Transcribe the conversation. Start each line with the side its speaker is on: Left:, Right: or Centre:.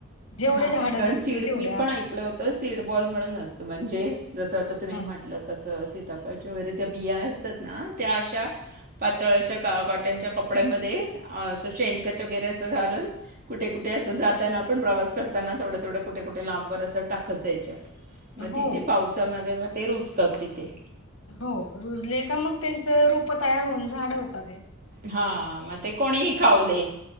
Left: जेवढे
Right: हां
Left: झाड
Right: कारणं
Left: जगतील
Right: सीड
Left: तेवढे
Right: मी
Left: आप
Right: पणं ऐकलं होतं सीडबॉल म्हणूंन असतं म्हणजे जसं आतां तुम्हीं
Left: ह
Right: म्हटलं तसं सीतांफळाच्यां वगैरे त्यां बिया असं तांत नां त्यां अशा पातंळ कॉटनच्यां कपड्यांमंध्ये असं शेणखंत
Left: ह
Right: वगैरे असं घालूंन कुठे कुठे असं जातं निघतांना आपणं प्रवास करतांना थोड्यां थोड्यां कुठे कुठे लांबर असं टाकतं जायच्यां मंग
Left: हो
Right: तिथे पाऊस त्या दिवसांमध्ये मंग त्यां रुपतांत तिथे
Left: हो रुजले कां मंग त्यांच रोपं तयांर होऊन झाडं तयांर होतांत ते
Right: हां मंग ते कोणीही खाऊं दे